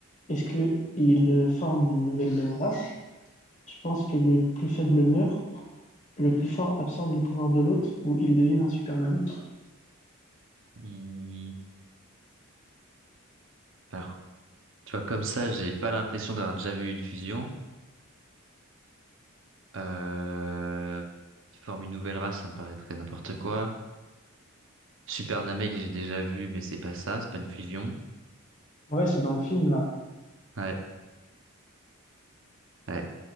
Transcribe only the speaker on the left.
Est-ce que il euh, forme une nouvelle race? Tu penses que le plus faible meurt, le plus fort absorbe les pouvoirs de l'autre ou il devient un super Namek?
Ouais, c'est dans le film là.